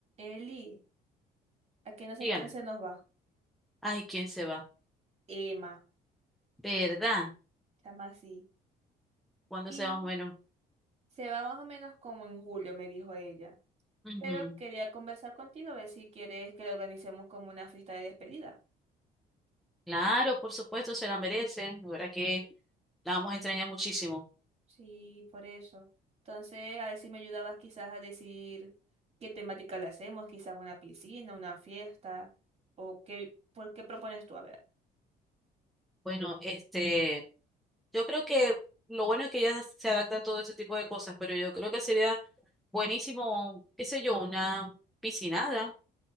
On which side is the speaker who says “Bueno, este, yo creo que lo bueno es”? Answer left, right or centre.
Centre